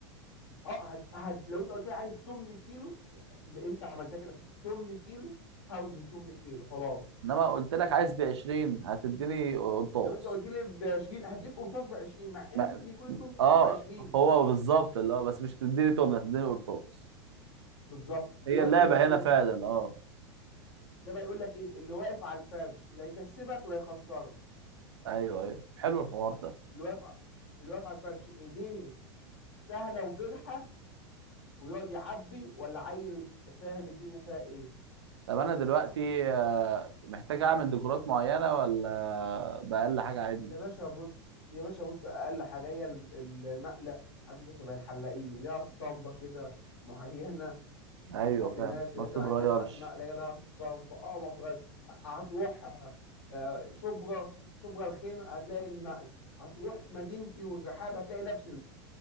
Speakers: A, on the left; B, on the right.
A: اه هد... هد... لو انت قلت لي عايز 8 كيلو ب... انت عملتها كده 8 كيلو هوزن 8 كيلو خلاص
B: انما قلت لك عايز ب 20 هتديني قرطاس
A: لو انت قلت لي ب 20 هديك قرطاس ب 20 مع ان
B: ما-
A: ممكن يكون ال 8
B: اه
A: كيلو ب 20
B: هو بالظبط اللي هو بس مش هتديني تمنه هتديني قرطاس
A: بالظبط دي
B: هي
A: بقى
B: اللعبه
A: يقول لك ايه
B: هنا فعلا اه
A: ده بقى يقول لك ايه اللي واقف على الفرش لا يكسبك لا يخسرك
B: ايوه ايوه طب حلو الحوار ده
A: اللي واقف اللي واقف على الفرش ايديه سهله وبرحه ويقعد يعبي ولا عيل فاهم الدنيا فيها ايه
B: طب انا دلوقتي آه، محتاج اعمل ديكورات معينه ولا باقل حاجه عادي
A: يا باشا بص يا باشا بص اقل حاجه هي الم- المقله عارف انت شبه الحلاقين ليها اسطمبه كده معينه
B: ايوه
A: بتروح
B: فاهم
A: لناس
B: ما
A: يا باشا
B: بتتغيرش
A: انا عايز افتح مقله هي لها اسطمبه اه ما بتغير هتروح آه، شبرا شبرا الخيمه هتلاقي المقله هتروح مدينتي والرحاب هتلاقي نفس